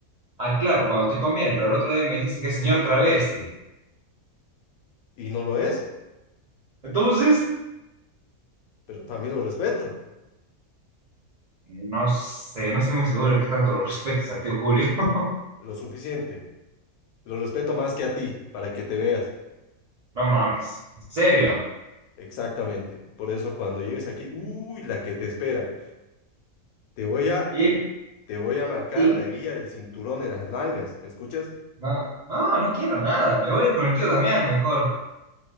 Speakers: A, on the right (about 70°); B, on the left (about 80°).
A: Ah, claro, cuando te conviene, pero el otro día me dijiste que es señor travesti.
B: Y no lo es,
A: Entonces...
B: pero también lo respeto.
A: No sé, no estoy muy seguro de qué tanto lo respetas al tío Julio. <laughs>
B: Lo suficiente. Lo respeto más que a ti, para que te veas.
A: No mames, en serio.
B: Exactamente. Por eso cuando llegues aquí, uy, la que te espera. Te voy a
A: Y,
B: Te voy a marcar
A: y
B: la hebilla del cinturón en las nalgas, ¿me escuchas?
A: no, no, no quiero nada. Me voy a ir con el tío Damián mejor.